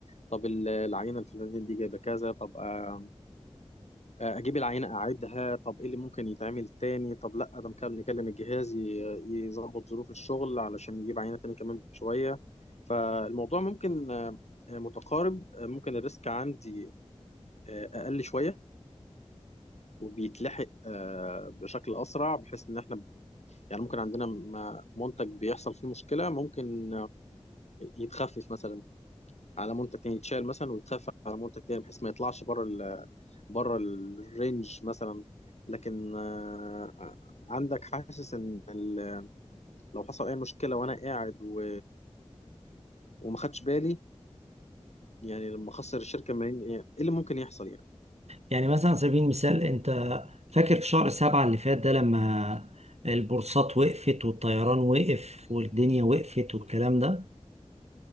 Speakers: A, on the left (about 75°); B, on the right (about 70°).
A: طب ال- العينه الفلانيه دي جايبه كذا طب آه، آه، اجيب العينه اعيدها طب ايه اللي ممكن يتعمل تاني طب لا ده ممكن نكلم الجهاز ي- يظبط ظروف الشغل علشان يجيب عينه تاني كمان شويه فالموضوع ممكن آه، آه، متقارب آه، ممكن الريسك عندي آه، اقل شويه وبيتلحق آه، بشكل اسرع بحيث ان احنا يعني ممكن عندنا م- منتج بيحصل فيه مشكله ممكن آه، يتخفف مثلا على منتج تاني يتشال مثلا ويتخفى على منتج تاني بحيث ما يطلعش بره ال بره الرينج مثلا لكن آه، عندك حاسس ان ال- لو حصل اي مشكله وانا قاعد و... وما خدش بالي يعني لما اخسر الشركه ملايين ايه إيه اللي ممكن يحصل يعني
B: يعني مثلا على سبيل المثال انت فاكر في شهر سبعة اللي فات ده لما البورصات وقفت والطيران وقف والدنيا وقفت والكلام ده